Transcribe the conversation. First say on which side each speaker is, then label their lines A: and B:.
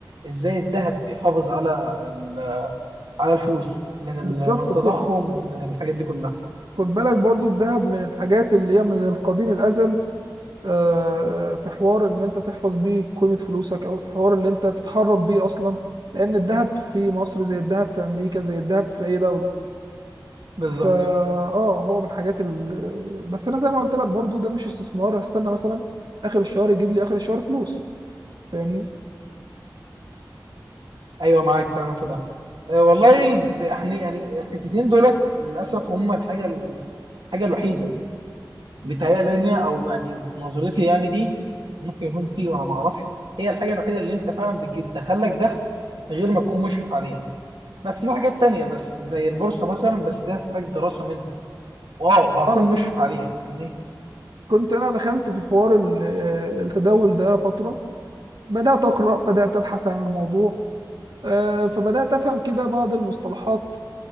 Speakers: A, on the right; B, on the right.
A: ازاي الذهب بيحافظ على ال- على الفلوس من ال-
B: بالظبط
A: من التضخم
B: خد
A: ومن الحاجات دي كلها
B: خد بالك برضو الذهب من الحاجات اللي هي من القديم الازل آه، آه، في حوار ان انت تحفظ بيه قيمه فلوسك او الحوار اللي انت تتحرك بيه اصلا لان الذهب في مصر زي الذهب في امريكا زي الذهب في اي دوله
A: بالظبط
B: فا اه هو من الحاجات ال... بس انا زي ما قلت لك برضو ده مش استثمار هستنى مثلا اخر الشهر يجيب لي اخر الشهر فلوس فاهمني
A: ايوه معاك فعلا في ده أه والله ب- احنا يعني الحتتين دولت للاسف هم الحاجه الحاجه الوحيده بيتهيألي لنا او يعني في نظرتي يعني دي ممكن يكون فيه وانا ما اعرفش هي الحاجه الوحيده اللي انت فعلا بتدخل لك دخل غير ما تكون مشرف عليها بس في حاجات تانية بس زي البورصة مثلا بس دي هتحتاج دراسة منك واو وهكون
B: انا
A: مشرف عليها فاهمني
B: كنت انا دخلت في حوار ال- آه، التداول ده فترة بدأت اقرأ بدأت ابحث عن الموضوع آه، فبدأت افهم كده بعض المصطلحات